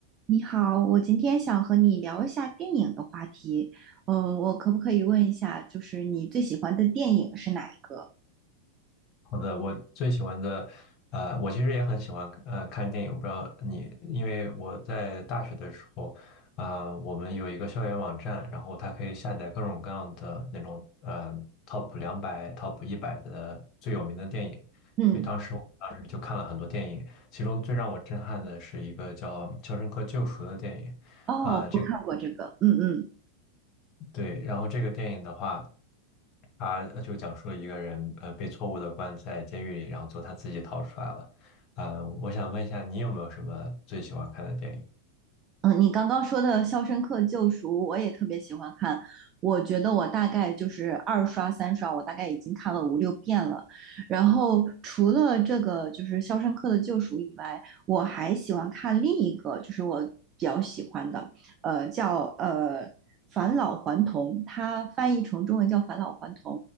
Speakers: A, on the right; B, on the left.
A: 你好，我今天想和你聊一下电影的话题。嗯，我可不可以问一下，就是你最喜欢的电影是哪一个？
B: 好的，我最喜欢的，呃，我其实也很喜欢呃看电影，我不知道你，因为我在大学的时候，啊、我们有一个校园网站，然后它可以下载各种各样的那种，呃，top 两百、top 一百的最有名的电影，
A: 嗯，
B: 所以当时我当时就看了很多电影，其中最让我震撼的是一个叫《肖申克救赎》的电影，
A: 哦，
B: 啊、这
A: 我看过这个。嗯嗯。
B: 对，然后这个电影的话。他呃就讲述了一个人呃被错误的关在监狱里，然后最后他自己逃出来了。啊、我想问一下，你有没有什么最喜欢看的电
A: 嗯，你刚刚说的《肖申克救赎》，我也特别喜欢看。我觉得我大概就是二刷、三刷，我大概已经看了五六遍了。然后除了这个就是《肖申克的救赎》以外，我还喜欢看另一个，就是我比较喜欢的，呃，叫呃《返老还童》，它翻译成中文叫《返老还童》，